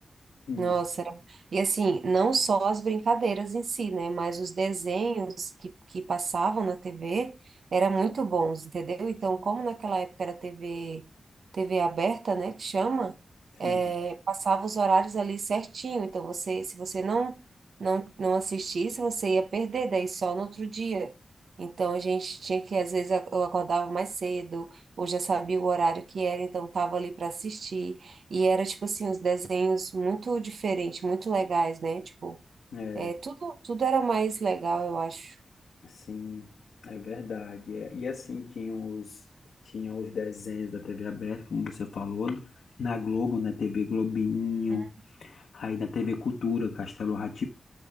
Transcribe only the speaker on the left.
Hum,
sim,
é,
sim, é verdade. É, e assim, tinha os, tinha os desenhos da TV aberta, como você falou, na Globo, na TV Globinho,
aí na TV Cultura, Castelo rá